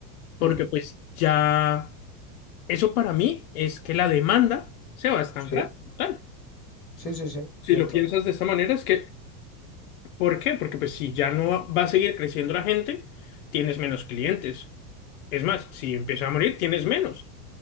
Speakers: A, on the left; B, on the left.
A: porque
B: Ujú.
A: pues ya, eso para mí es que la demanda se va a estancar,
B: Sí,
A: como tal.
B: sí, sí, sí,
A: Si
B: cierto.
A: lo piensas de esta manera, es que, ¿por qué? Porque pues si ya no va a seguir creciendo la gente, tienes menos clientes. Es más, si empieza a morir, tienes menos.